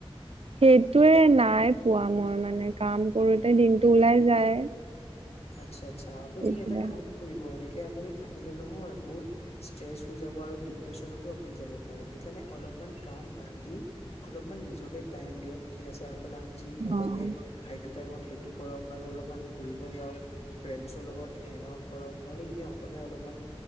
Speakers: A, on the right; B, on the left.
A: সেইটোয়ে নাই পোৱা মই মানে কাম কৰো তাতে দিনটো ওলাই যায়
B: আচ্ছা আচ্ছা‌ আপুনি
A: এতিয়া
B: এটা কাম কৰিব এনেকে আপুনি থাকিলে নহয় বহুত ষ্ট্ৰেচ হৈ যাব আৰু ডিপ্ৰেচনতো আপুনি যাব পাৰে সেইকাৰণে অলপমান কাম বাদ দি অলপমান নিজকে টাইম দিয়ক ঠিক আছে আপোনাক যি ভাল
A: অ
B: লাগে সেইটো টাইমত সেই কৰক আৰু অলপমান ঘুৰিব যাওক ফ্ৰেণ্ডৰ লগত হেং আউট কৰক নহলে এনে অকলে অলপমান